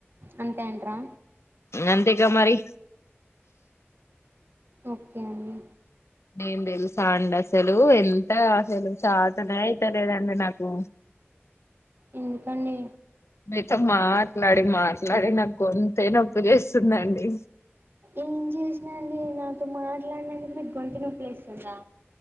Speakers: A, on the right (about 55°); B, on the left (about 85°).
A: అంతే అంట్రా
B: అంతేగా మరి
A: ఓకే అండి
B: నేను తెలుసా అండి అసలు ఎంత అసలు చాతనే అయితలేదండి నాకు.
A: ఎందుకండి
B: మీతో మాట్లాడి మాట్లాడి నాకు గొంతే నొప్పి చేస్తుందండి.
A: ఏం చేసిన నేను నాతో మాట్లాడినందుకు మీకు గొంత నొప్పి లేస్తాందా.